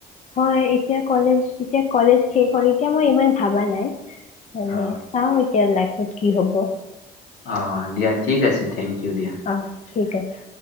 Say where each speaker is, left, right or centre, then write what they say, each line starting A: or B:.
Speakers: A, on the left (about 45°); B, on the left (about 80°).
A: হয়, এতিয়া কলেজ এতিয়া কলেজ শেষ হ'ল এতিয়া মই ইমান ভাবা নাই মানে
B: অ
A: চা হয় কে লাগ ত কি হ'ব
B: অ', দিয়া, ঠিক আছে। Thank you. দিয়া
A: অ', ঠিক আছে।